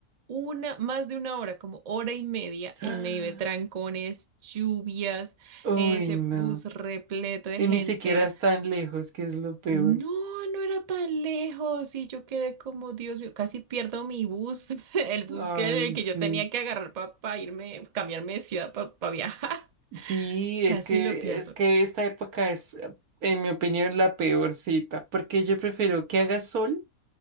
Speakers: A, on the right; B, on the right.
A: una, más de una hora, como hora y media,
B: <gasps>
A: en medio de trancones, lluvias,
B: Uy,
A: ese
B: no.
A: bus repleto de
B: Y
A: gente.
B: ni siquiera es tan lejos, que es lo peor.
A: No, no era tan lejos y yo quedé como, Dios mío, casi pierdo mi bus, <laughs> el bus
B: Ay,
A: que, que
B: sí.
A: yo tenía que agarrar para irme, cambiarme de ciudad para viajar.
B: Sí,
A: <laughs> Casi
B: es que,
A: lo pierdo.
B: es que esta época es, eh, en mi opinión, la peor cita, porque yo prefiero que haga sol